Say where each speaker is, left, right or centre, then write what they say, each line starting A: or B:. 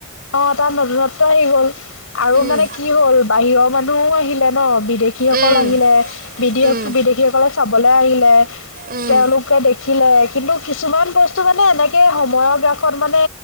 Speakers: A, on the left; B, on the right.
A: অ', তাত নতুনত্ব আহি গ'ল, আৰু
B: উম,
A: মানে কি হ'ল বাহিৰৰ মানুহও আহিলে ন' বিদেশ শী সকল
B: উম,
A: আহিলে বিদেশ-বিদেশীসকলে
B: উম,
A: চাবলৈ আহিলে
B: উম,
A: তেওঁলোকে আহিলে, কিন্তু কিছুমান বস্তু মানে এনেকে সময়ৰগ্ৰাসত মানে